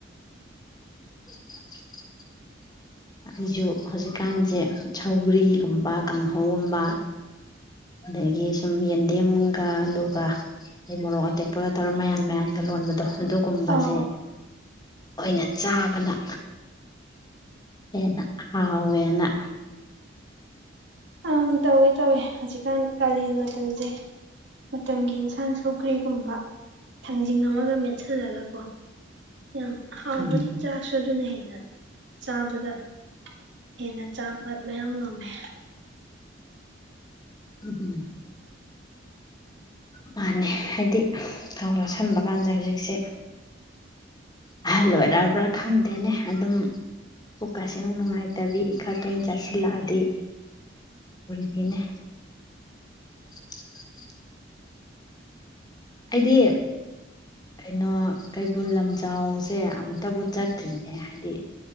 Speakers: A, on the left (about 20°); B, on the right (about 65°).
A: ꯍ <inaudible> ꯑꯩꯁꯨ ꯍꯧꯖꯤꯛꯀꯥꯟꯁꯦ ꯁꯧꯒ꯭ꯔꯤꯒꯨꯝꯕ ꯀꯥꯡꯍꯧꯒꯨꯝꯕ ꯑꯗꯒꯤ ꯁꯨꯝ ꯌꯦꯟꯗꯦꯝꯒ ꯑꯂꯨꯒ ꯑ ꯃꯣꯔꯣꯛ ꯑꯇꯦꯛꯄꯒ ꯇꯧꯔꯒ ꯃꯌꯥꯟ ꯃꯌꯥꯟꯒ ꯂꯣꯟꯕꯗꯣ ꯑꯗꯨꯒꯨꯝꯕꯁꯦ
B: ꯑꯥꯎ
A: ꯑꯣꯏꯅ ꯆꯥꯕꯅ ꯍꯦꯟꯅꯥ ꯍꯥꯎꯌꯦꯅ
B: ꯑ ꯇꯋꯦ ꯇꯋꯦ ꯍꯧꯖꯤ ꯖꯤꯀꯥꯟ ꯀꯥꯂꯦꯟ ꯃꯇꯝꯁꯦ ꯃꯇꯝꯒꯤ ꯏꯟꯁꯥꯡ ꯁꯧꯒ꯭ꯔꯤꯒꯨꯝꯕ ꯊꯟꯖꯤꯡ ꯑꯃꯒ ꯃꯦꯠꯁꯤꯜꯂꯒ ꯀꯣ ꯌꯥꯝ ꯍꯥꯎꯕꯅꯤ
A: ꯎꯝ
B: ꯆꯥꯛꯁꯨ ꯑꯗꯨꯅ ꯍꯦꯟꯅ ꯆꯥꯕꯗ ꯍꯦꯟꯅ ꯆꯥꯕ ꯃꯌꯥꯝ ꯉꯝꯃꯦ
A: ꯎꯝ ꯃꯥꯅꯦ ꯍꯥꯏꯗꯤ ꯊꯧꯒ ꯁꯟꯕ ꯀꯥꯟꯁꯦ ꯍꯧꯖꯤꯛꯁꯦ ꯑꯍꯜ ꯑꯣꯏꯔꯛꯕ꯭ꯔꯥ ꯈꯪꯗꯦꯅꯦ ꯑꯗꯨꯝ ꯄꯨꯛꯀꯥꯁꯤ ꯅꯨꯡ ꯅꯨꯡꯉꯥꯏꯇꯕꯤ ꯈꯔ ꯇꯣꯏꯅ ꯆꯥꯁꯤꯜꯂꯛꯑꯗꯤ ꯏꯅꯦ <inaudible> ꯑꯩꯗꯤ ꯀꯩꯅꯣ ꯀꯩꯕꯨꯜ ꯂꯝꯖꯥꯎꯁꯦ ꯑꯃꯨꯛꯇꯕꯨ ꯆꯠꯇ꯭ꯔꯤꯅꯦ ꯍꯥꯏꯗꯤ